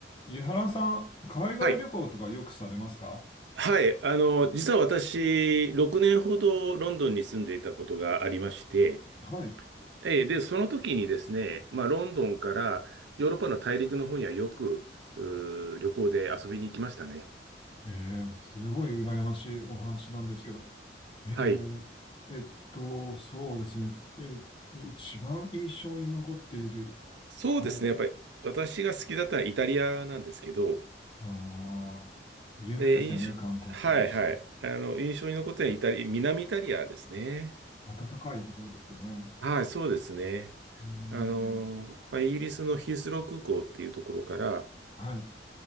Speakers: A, on the left (about 25°); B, on the right (about 75°).
A: 井原さん、海外旅行とかよくされますか
B: はい。はい。あの、実は私、6年ほどロンドンに住んでいたことがありまして、
A: はい。
B: えーで、その時にですね、まあ、ロンドンからヨーロッパの大陸の方にはよく、うー旅行で遊びに行きましたね。
A: えー、すごい羨ましいお話なんですけど。えー、
B: はい。
A: えっと、そうですね。えー、一番印象に残っている。
B: そうですね。
A: はい。
B: やっぱり私が好きだったのはイタリアなんですけど、
A: ああ、有名ですよね、
B: えー印象、
A: 観光地にして。
B: はいはい。あの、印象に残ってるのはイタリ、南イタリアですね。
A: 暖かいところですよね。
B: はい、そうですね。
A: うーん。
B: あの、まあ、イギリスのヒースロー空港っていうところから、
A: はい。